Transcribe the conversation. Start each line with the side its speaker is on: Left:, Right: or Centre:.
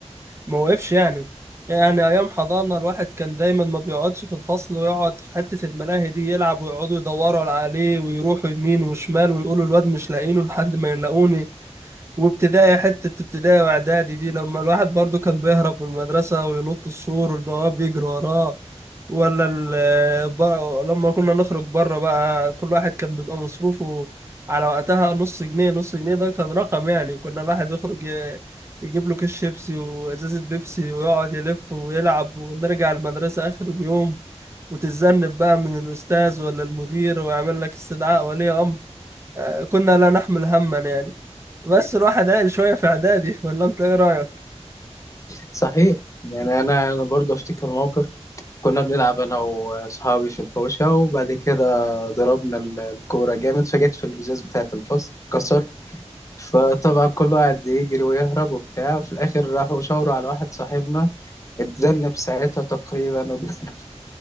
Right: ما وقفش يعني يعني أيام حضانة الواحد كان دايما ما بيقعدش في الفصل ويقعد في حتة الملاهي دي يلعب ويقعدوا يدوروا عليه ويروحوا يمين وشمال ويقولوا الواد مش لاقيينه لحد ما يلاقوني وابتدائي حتة ابتدائي واعدادي دي لما الواحد برضو كان بيهرب من المدرسة وينط السور والبواب يجري وراه ولا ال بر- لما كنا نخرج بره بقى كل واحد كان بيبقى مصروفه على وقتها نص جنيه نص جنيه ده كان رقم يعني كنا الواحد يخرج ي- يجيب له كيس شيبسي وازازة بيبسي ويقعد يلف ويلعب ونرجع المدرسة آخر اليوم وتتذنب بقى من الأستاذ ولا المدير ويعمل لك استدعاء ولي أمر آه، كنا لا نحمل هما يعني بس الواحد عقل شوية في إعدادي ولا أنت إيه رأيك؟
Left: صحيح يعني انا انا برضه افتكر موقف كنا بنلعب انا واصحابي في الحوشه وبعد كده ضربنا ال- الكوره جامد فجت في الازاز بتاعه الفصل اتكسر فطبعا كل واحد يجري ويهرب وبتاع وفي الاخر راحوا شاوروا على واحد صاحبنا اتذنب ساعتها تقريبا <laughs>